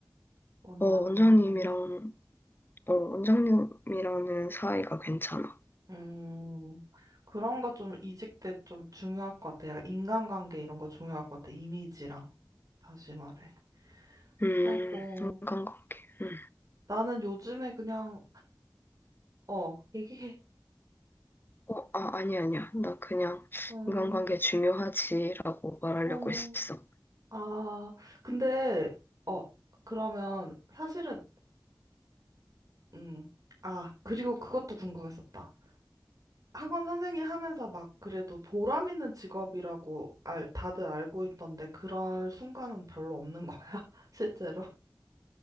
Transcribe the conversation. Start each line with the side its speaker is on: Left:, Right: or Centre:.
Right: 원장
Left: 어, 원장님이랑,
Right: 선생님.
Left: 어, 원장님이랑은 사이가 괜찮아.
Right: 음, 그런 거 좀 이직 때 좀 중요할 것 같아. 약간 인간관계 이런 거 중요할 것 같아. 이미지랑. 다시 말해.
Left: 음,
Right: 아이고,
Left: 인간관계. 음.
Right: 나는 요즘에 그냥, 어, 얘기해.
Left: 어, 아, 아니야, 아니야. 나 그냥
Right: 어,
Left: 인간관계 중요하지라고 말하려고
Right: 어,
Left: 했어.
Right: 아, 근데, 어, 그러면 사실은, 음, 아, 그리고 그것도 궁금했었다. 학원 선생님 하면서 막 그래도 보람 있는 직업이라고 알, 다들 알고 있던데 그런 순간은 별로 없는 거야, <laughs> 실제로?